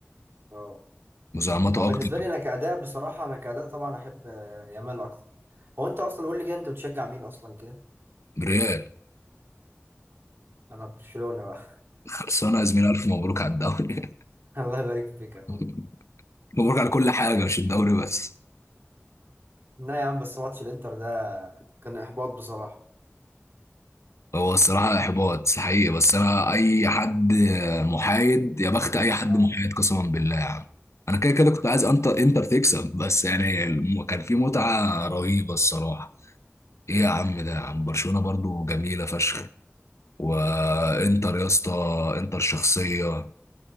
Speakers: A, on the right; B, on the left.
A: اه
B: مساهماته
A: هو بالنسبة
B: أكتر
A: لي أنا كأداء بصراحة أنا كأداء طبعا أحب آه، يامال أكتر هو أنت أصلا قول لي كده أنت بتشجع مين أصلا كده؟
B: ريال
A: أنا برشلونة بقى
B: خلصانة يا زميلي ألف مبروك على الدوري
A: <laughs> الله يبارك فيك يا أخويا
B: <laughs> مبروك على كل حاجة مش الدوري بس
A: لا يا عم بس ماتش الإنتر ده كان إحباط بصراحة
B: هو الصراحة إحباط حقيقي بس أنا أي حد محايد يا بخت أي حد
A: اه
B: محايد قسما بالله يا عم أنا كده كده كنت عايز أنت إنتر تكسب بس يعني الم- كان في متعة رهيبة الصراحة إيه يا عم ده يا عم برشلونة برضو جميلة فشخ وإنتر يا اسطى إنتر شخصية